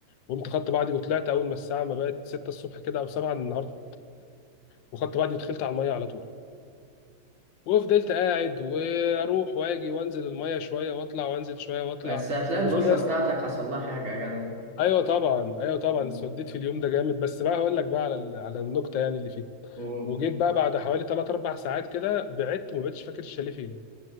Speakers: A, on the left (about 70°); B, on the right (about 75°).
A: قمت خدت بعضي وطلعت اول ما الساعه ما بقت 6 الصبح كده او 7 النهارده وخدت بعضي ودخلت على الميه على طول وفضلت قاعد واروح واجي وانزل الميه شويه واطلع وانزل شويه واطلع
B: بس هتلاقي البشرة
A: وفي ناس
B: بتاعتك حصل لها حاجة يا جدع
A: ايوه طبعا ايوه طبعا
B: مم.
A: اتسوديت في اليوم ده جامد بس بقى هقول لك بقى على ال- على النقطه يعني اللي فيه
B: أوه
A: وجيت بقى بعد حوالي 3 4 ساعات كده بعدت وما بقتش فاكر الشاليه فين